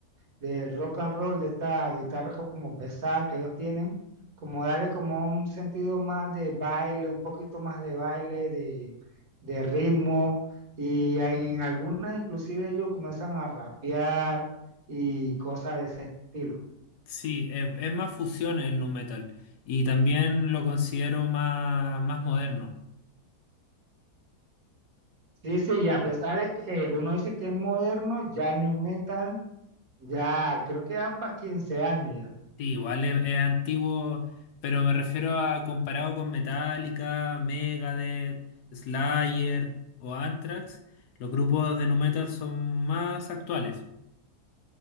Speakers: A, on the right; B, on the left.
A: del rock and roll, de esta guitarra como pesada que ellos tienen, como darle como un sentido más de baile, un poquito más de baile, de, de ritmo, y en algunas inclusive ellos comienzan a rapear y cosas de ese estilo.
B: Sí, es, es más fusión el nu metal y también lo considero más, más moderno.
A: Sí, sí, y a pesar de que uno dice que es moderno, ya New Metal, ya creo que ya para 15 años ya.
B: Sí, igual es, es antiguo, pero me refiero a comparado con Metallica, Megadeth, Slayer o Anthrax, los grupos de nu metal son más actuales.